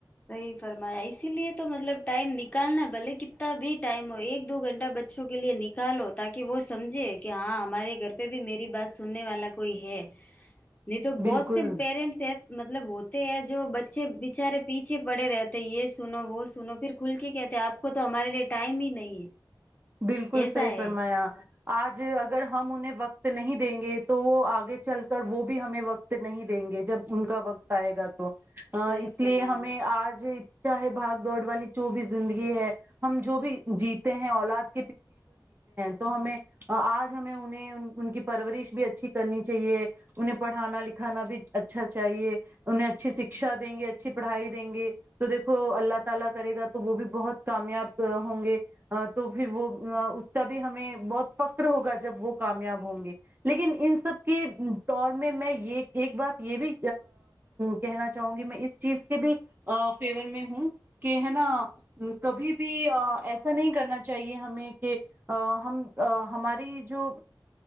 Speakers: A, on the left; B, on the right.
A: صحیح فرمایا اسی لیے تو مطلب ٹائم نکالنا ہے بھلے ک بھی ٹائم ہو ایک دو گھنٹے چھٹا بچوں کے لیے نکالو تاکہ وہ سمجھے کہ ہاں ہمارے گھر پہ بھی میری بات سننے والا کوئی ہے نہیں تو بہت
B: بالکل
A: سے پیرنٹس ہیں مطلب ہوتے ہیں جو بچے بچارے پیچھے پیچھے پڑے رہتے یہ سنو وہ سنو پھر کھل کے کہتے آپ کو تو ہمارے لیے ٹائم ہی نہیں ہے
B: بالکل
A: ایسا
B: صحی
A: ہے
B: فرمایا آج اگر ہم انہیں وقت نہیں دیں گے تو وہ آگے چل کر وہ بھی ہمیں وقت نہیں دیں گے جب ان کا وقت آئے گا تو
A: صحیح
B: اس
A: فرمایا
B: لیے ہمیں آج چاہے بھاگ دوڑ والی جو بھی زندگی ہے ہم جو بھی جیتے ہیں اولاد تو ہمیں اج ہمیں انہیں ان کی پرورش بھی اچھی کرنی چاہیے انہیں پڑھانا لکھانا بھی اچھا چاہیے انہیں اچھی شکشہ دیں گے اچھی پڑھائی دیں گے تو دیکھو اللہ تعالی کرے گا تو وہ بھی بہت کامیاب ہوں گے تو وہ اس کا بھی ہمیں بہت فکر ہوگا جب وہ کامیاب ہوں گے لیکن ان سب کے دور میں میں یہ ایک بات یہ بھی کہنا چاہوں گی میں اس چیز کے بھی فیور میں ہوں کہ ہے نا کبھی بھی ایسا نہیں کرنا چاہے ہمیں کہ ہم ہماری جو